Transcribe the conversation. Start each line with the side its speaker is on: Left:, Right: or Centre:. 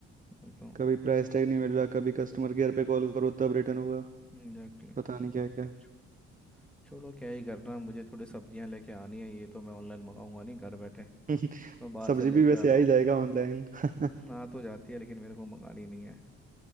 Centre: वही तो
Right: कभी प्राइस टैग नहीं मिल रहा कभी कस्टमर केयर पे कॉल करो तब रिटर्न होगा
Centre: एग्जैक्टली
Right: पता
Centre: तो
Right: नहीं
Centre: मैंने
Right: क्या क्या
Centre: कहा, छो- छोड़ो क्या ही करना मुझे थोड़ी सब्जियां लेके आनी है ये तो मैं ऑनलाइन मंगाऊंगा नहीं घर बैठे
Right: <laughs>
Centre: मैं बाहर
Right: सब्जी
Centre: से लेके
Right: भी वैसे
Centre: आता
Right: आ ही
Centre: हूँ
Right: जाएगा ऑनलाइन <laughs>
Centre: हम्म, आ तो जाती है लेकिन मेरे को मंगानी नहीं है